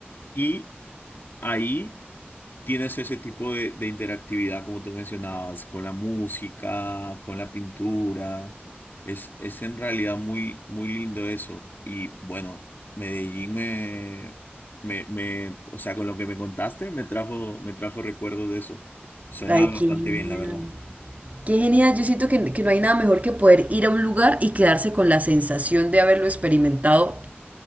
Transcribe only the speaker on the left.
Y ahí tienes ese tipo de, de interactividad, como tú mencionabas, con la música, con la pintura. Es, es en realidad muy, muy lindo eso. Y bueno, Medellín me, me, me, o sea, con lo que me contaste, me trajo, me trajo recuerdos de eso. Suena
bastante
bien, la verdad.